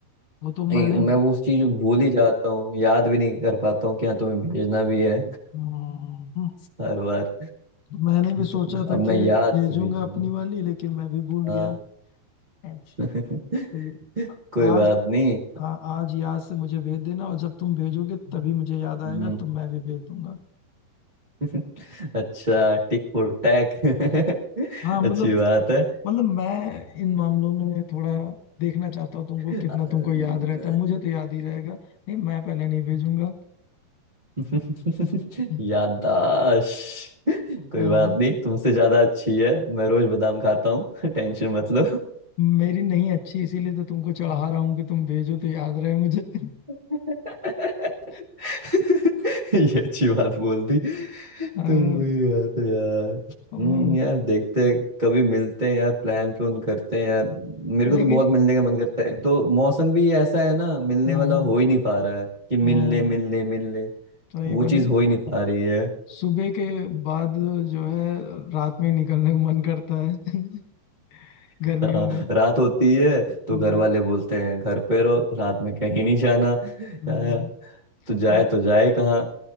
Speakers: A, on the left; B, on the right.
A: वो तो मैंने
B: एक- मैं वो उस चीज को भूल ही जाता हूँ याद भी नहीं कर पाता हूँ कि हाँ तुम्हें भेजना भी है
A: हम्म,
B: हर बार
A: मैंने भी सोचा
B: तो
A: था
B: अब मैं
A: कि
B: याद
A: भेजूंगा
B: से भेज
A: अपनी
B: दूँ
A: वाली लेकिन मैं भी भूल
B: हाँ
A: गया तो
B: <laughs>
A: ये-
B: कोई
A: आज
B: बात नहीं
A: हाँ आज याद से मुझे भेज देना और जब तुम भेजोगे तभी मुझे याद आएगा
B: हम्म,
A: तो मैं भी भेज दूंगा
B: <laughs> अच्छा टिक फॉर टैक <laughs>
A: हाँ मतलब
B: अच्छी बात है
A: मतलब मैं इन मामलों में थोड़ा देखना चाहता हूँ तुमको
B: हम्म,
A: कितना तुमको याद रहता है मुझे तो याद ही रहेगा नहीं मैं पहले नहीं भेजूंगा
B: <laughs>
A: <laughs>
B: याददाश्त <laughs> कोई
A: हाँ
B: बात नहीं तुमसे ज्यादा अच्छी है मैं रोज बादाम खाता हूँ <laughs> टेंशन मत लो
A: मेरी नहीं अच्छी इसीलिए तो तुमको चढ़ा रहा हूँ कि तुम भेजो तो याद रहे मुझे
B: <laughs> <laughs>
A: <laughs>
B: ये अच्छी बात बोल दी तो
A: हाँ,
B: वही बात है यार
A: अब-
B: हम्म यार देखते हैं कभी मिलते हैं यार प्लान प्लून करते हैं यार मेरे
A: लेकिन
B: को तो बहुत मिलने का मन करता है एक तो मौसम भी ऐसा है ना मिलने
A: हम्म
B: वाला हो ही नहीं पा रहा है कि
A: हम्म
B: मिल ले मिल ले मिल ले
A: तकरीबन
B: वो चीज हो ही नहीं पा रही है
A: सुबह के बाद जो है रात में ही निकलने का मन करता है <laughs> गर्मियों
B: हाँ,
A: में
B: रात होती है तो
A: हम्म
B: घर वाले बोलते हैं घर पे रहो रात में कहीं नहीं जाना हाँ,
A: हम्म।
B: तो जाए
A: वो
B: तो जाए कहाँ